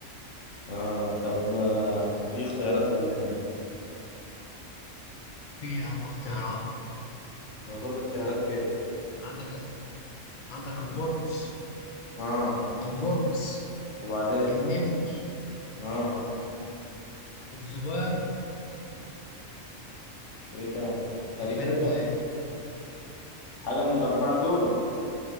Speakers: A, on the left; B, on the left.
A: اه طب ما مفيش اختيارات ولا ايه
B: في يا عم اختيارات
A: هو تقول لي اختيارات كده
B: عندك عندك البرص
A: اه
B: البرص
A: وبعدين
B: النمل
A: اه
B: الذباب
A: ايه تاني هتديني
B: الحرباي
A: كم حاجة من الأربعة دول